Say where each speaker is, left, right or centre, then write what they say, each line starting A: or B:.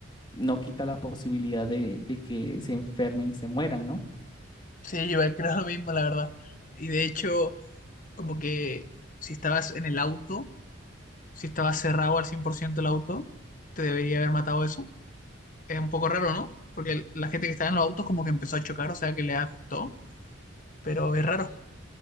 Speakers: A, on the left; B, on the left.
A: no quita la posibilidad de, de que se enfermen y se mueran, ¿no?
B: sí, yo creo lo mismo, la verdad. Y de hecho, como que si estabas en el auto, si estabas cerrado al 100% el auto, te debería haber matado eso. Es un poco raro, ¿no? Porque la gente que estaba en los autos como que empezó a chocar, o sea que le afectó, pero es raro.